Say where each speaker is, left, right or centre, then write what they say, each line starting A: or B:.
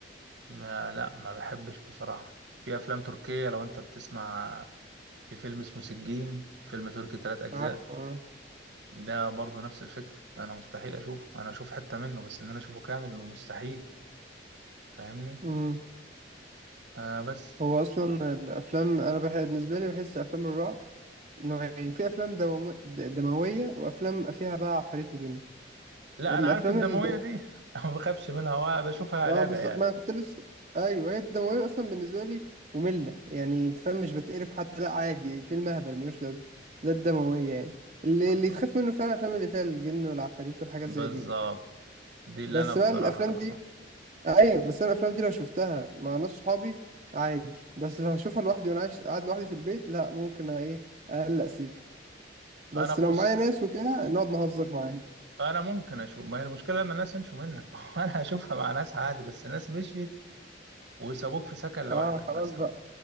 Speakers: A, on the right; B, on the right.
A: ما لا ما بحبش بصراحة في افلام تركية لو انت بتسمع في فيلم اسمه سجين فيلم تركي ثلاث اجزاء
B: عارفه
A: ده برضه نفس الفكرة انا مستحيل اشوفه انا اشوف حتة منه بس ان انا اشوفه كامل مستحيل فاهمني
B: اه
A: آه بس
B: هو اصلا الافلام انا بحب بالنسبه لي بحس افلام الرعب نوعين في افلام دوم... د- دمويه وافلام فيها بقى عفاريت وجن
A: لا
B: الافلام
A: انا عارف الدمويه
B: الدم...
A: دي <laughs> ما بخافش منها وبشوفها
B: اه
A: لعب
B: بالظبط
A: عيال
B: ما انا كنت لسه ايوه هي الدمويه اصلا بالنسبه لي ممله يعني انت فاهم مش بتقرف حتى لا عادي فيلم اهبل ملوش لازمه ده الدمويه يعني اللي
A: بالظبط
B: اللي تخاف منه فعلا الافلام اللي فيها الجن والعفاريت والحاجات
A: بالظبط
B: زي دي
A: دي اللي
B: بس
A: انا بصراحه
B: بقى الافلام دي ايوه بس انا الافلام دي لو شفتها مع ناس صحابي عادي بس لو هشوفها لوحدي وانا عايش قاعد لوحدي في البيت لا ممكن ايه اقلق سيكه بس
A: انا بص
B: لو معايا ناس وكده نقعد نهزر معايا
A: انا ممكن اشوف ما هي المشكله لما الناس يمشوا منك <laughs> ما هو انا هشوفها مع ناس عادي بس الناس مشيت وسابوك في سكن
B: اه
A: لوحدك
B: خلاص
A: مثلا
B: بقى